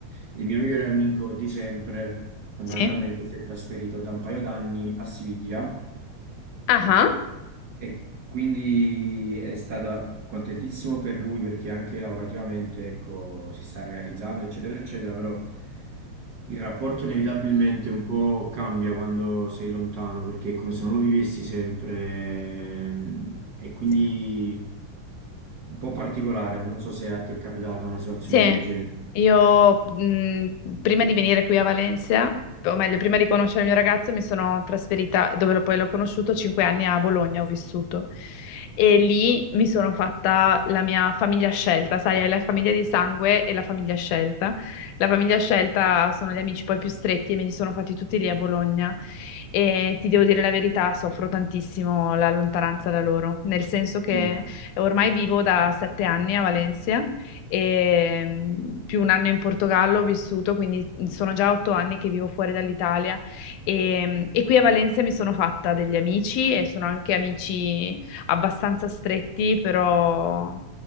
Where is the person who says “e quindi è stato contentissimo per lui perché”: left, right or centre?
Right